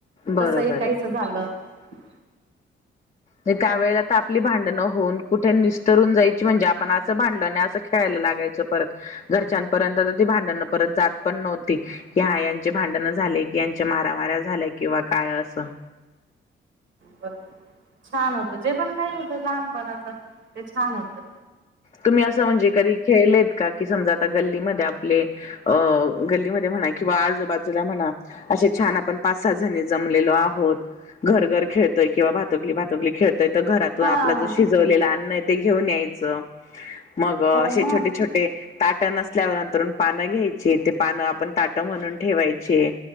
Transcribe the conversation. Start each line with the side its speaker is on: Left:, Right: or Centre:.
Left: बरोबर
Right: तसही काहीच
Left: आहे
Right: झालं <inaudible>
Left: त्यावेेळे तर आपली भांडणं होऊन कुठे निस्तरून जायची म्हणजे आपण असं भांडलो आणि असं खेळायला लागायचं परत घरच्यांपर्यंत तर ती भांडणं परत जात पण नव्हती की हा यांचे भांडणं झाले की यांच्या मारामाऱ्या झाल्या किंवा काय असं
Right: बघ छान होत जे पण काही होतं लहानपणाच ते छान होत
Left: तुम्ही असं म्हणजे कधी खेळलेत का की समजा आता गल्लीमध्ये आप अ गल्लीमध्ये म्हणा किंवा आजूबाजूला म्हणा असे छान आपण पाच सात जणी जमलेलो आहोत घर घर खेळतोय किंवा भातुकली भातुकली खेळत घरातून
Right: हा
Left: आपलं ज शिजवलेलं अन्न आहे ते घेऊन यायचं मग असे
Right: हो मग
Left: छोटे छोटे ताट नसल्यावरनंतरुून पानं घ्यायची ते पानं आपण ताटं म्हणून ठेवायचे